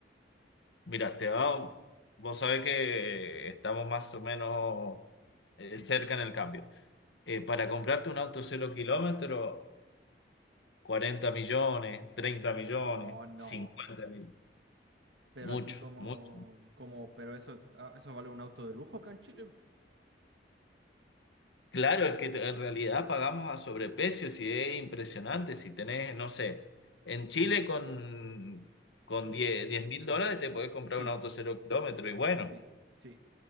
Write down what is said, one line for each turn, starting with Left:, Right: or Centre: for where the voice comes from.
Left: Mira, Esteban, vos sabés que eh, estamos más o menos eh, cerca en el cambio. Eh, para comprarte un auto cero kilómetro, 40 millones, treinta millones,
Right: Oh, no.
Left: 50, mil.
Right: Pero
Left: Mucho,
Right: así como,
Left: mucho.
Right: como, pero eso, ah, eso vale un auto de lujo acá en Chile.
Left: Claro, es que te- en realidad pagamos a sobreprecio, si es impresionante, si tenés, no sé, en Chile con, con
Right: Yo,
Left: diez mil dólares te podés comprar
Right: sí,
Left: un auto cero kilómetro y bueno.
Right: sí, sí.